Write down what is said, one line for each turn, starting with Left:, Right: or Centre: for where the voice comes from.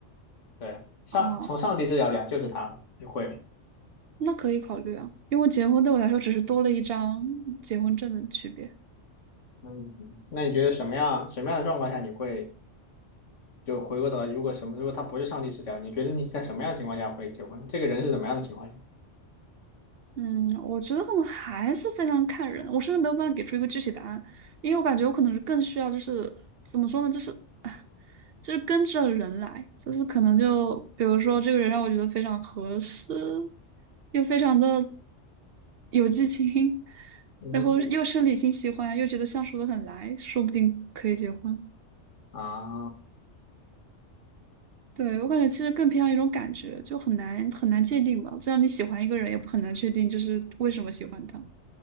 Left: 对，上从上帝视角讲就是他了，
Right: 啊，
Left: 你会吗？
Right: 那可以考虑啊，因为结婚对我来说只是多了一张结婚证的区别。
Left: 嗯，那你觉得什么样什么样的状况下你会就回过头来？如果什么如果他不是上帝视角，你觉得你在什么样的情况下会结婚？这个人是怎么样的情况下？
Right: 嗯，我觉得可能还是非常看人，我甚至没有办法给出一个具体答案，因为我感觉我可能是更需要就是怎么说呢，就是 <laughs> 就是跟着人来，就是可能就比如说这个人让我觉得非常合适，又非常的有激情，
Left: 嗯
Right: 然后又生理性喜欢，又觉得相处的很来，说不定可以结婚。
Left: 啊，
Right: 对，我感觉其实更偏向一种感觉，就很难很难界定吧。就像你喜欢一个人，也不很难确定就是为什么喜欢他。